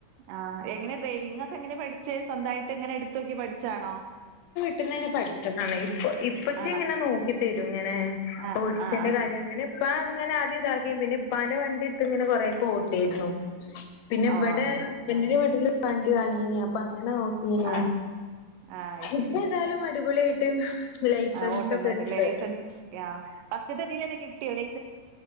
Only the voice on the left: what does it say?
വീട്ട്ന്നന്നെ പഠിച്ചതാണ് ഇപ്പ ഇപ്പച്ചി
ഇങ്ങനെ നോക്കി തെരും എങ്ങനെ
ഓടിച്ചേന്റെ
കാര്യം
അങ്ങനെ പ്പാ ഇങ്ങനെ ആദ്യം ഇതാക്കി പിന്നെ ഇപ്പാൻ്റെ വണ്ടി എടുത്ത് ഇങ്ങനെ കൊറെയൊക്കെ ഓട്ടുവായിരുന്നു പിന്നെ ഇവിടെ
ഹസ്ബൻഡിൻ്റെ
വീട്ടില് വണ്ടി വാങ്ങീനി, അപ്പോ അങ്ങനെ നോക്കീനു
ഇപ്പേതായാലും
അടിപൊളിയായിട്ട് ലൈസൻസ്
ഒക്കെ എടുത്ത്